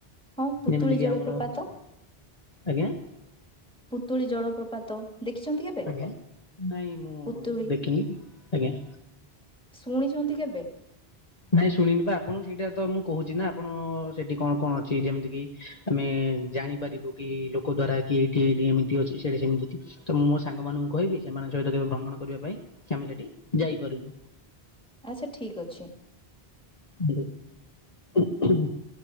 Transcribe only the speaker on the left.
ଯେମିତିକି
ଆମର ଆଜ୍ଞା।
ଆଜ୍ଞା ନାଇଁ ମୁଁ
ଦେଖିନି ଆଜ୍ଞା।
ନାଇଁ ଶୁଣିନି ବା ଆପଣ ସେଇଟା ତ ମୁଁ କହୁଛି ନା ଆପଣ ସେଠି କଣ କଣ ଅଛି ଯେମିତି କିି। ଆମେ ଜାଣିପାରିବୁ କି ଲୋକ ଦ୍ଵାରା କି ଏଇଠି ଏମିତି ଅଛି ସେଠା ସେମିତି ଅଛି। ତ ମୁଁ ମୋ ସାଙ୍ଗମାନାନଙ୍କୁ କହିବି ସେମାନଙ୍କ ସହିତ କେବେ ଭ୍ରମଣ କରିବା ପାଇଁ ଆମେ ସେଠି ଯାଇପାରିବୁ
<unintelligible>